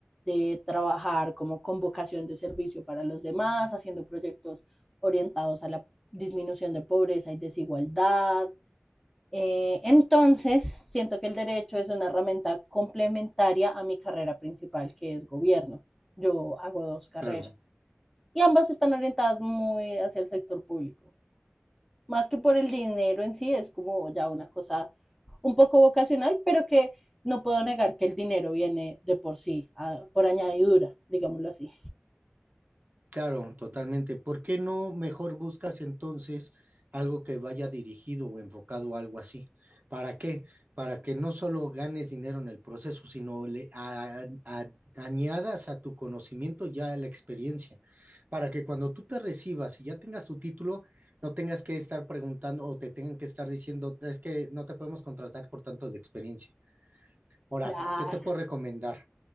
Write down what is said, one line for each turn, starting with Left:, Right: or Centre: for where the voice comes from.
Centre: de trabajar como con vocación de servicio para los demás, haciendo proyectos orientados a la disminución de pobreza y desigualdad, Eh, entonces, siento que el derecho es una herramienta complementaria a mi carrera principal, que es gobierno. Yo hago dos carreras
Right: claro.
Centre: y ambas están orientadas muy hacia el sector público. Más que por el dinero en sí, es como ya una cosa un poco vocacional, pero que no puedo negar que el dinero viene de por sí, a, por añadidura, digámoslo así.
Right: Claro, totalmente. ¿Por qué no mejor buscas entonces algo que vaya dirigido o enfocado a algo así? ¿Para qué? Para que no solo ganes dinero en el proceso, sino le a- a- añadas a tu conocimiento ya la experiencia, para que cuando tú te recibas y ya tengas tu título, no tengas que estar preguntando o te tengan que estar diciendo, es que no te podemos contratar por tanto de experiencia. Ahora,
Centre: Claro,
Right: ¿qué te puedo recomendar?